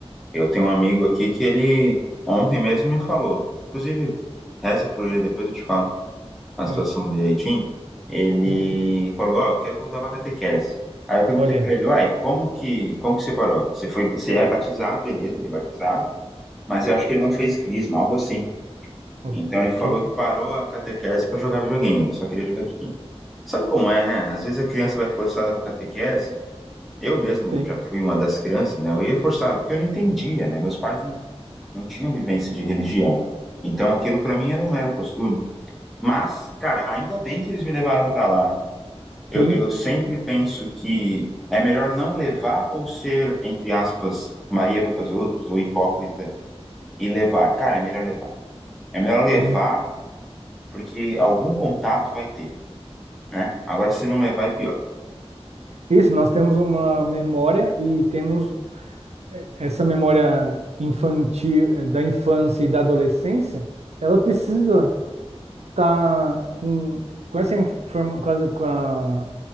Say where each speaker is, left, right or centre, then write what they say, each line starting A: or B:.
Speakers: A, in the centre; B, on the right (about 80°).
A: Eu tenho um amigo aqui que ele ontem mesmo me falou. Inclusive, reza por ele, depois eu te falo a
B: é,
A: situação direitinho. Ele
B: sim,
A: falou, ó, eu quero voltar pra catequese. Aí eu perguntei
B: olha
A: pra
B: aí.
A: ele, uai, como que, como que você parou? Você foi, você é batizado, beleza, ele é batizado, mas eu acho que ele não fez crisma, algo assim.
B: Ok,
A: Então ele falou que parou a catequese pra jogar videogame, ele só queria jogar videogame. Sabe como é, né? Às vezes a criança vai forçada pra catequese. Eu mesmo
B: sim,
A: já fui uma das crianças, né? Eu ia forçado, porque eu não entendia, né? Meus pais não não tinha vivência de religião. Então aquilo para mim era um mero costume. Mas, cara, ainda bem que eles me levaram para lá, né? Eu,
B: sim,
A: eu sempre penso que é melhor não levar ou ser, entre aspas, Maria vai com as outras, ou hipócrita, e levar. Cara, é melhor levar. É melhor levar
B: sim.
A: porque algum contato vai ter, né? Agora, se não levar, é pior.
B: Isso, nós temos uma memória e temos essa memória infantil, eh, da infância e da adolescência, ela precisa estar com, com essa informa, com, essa- com a-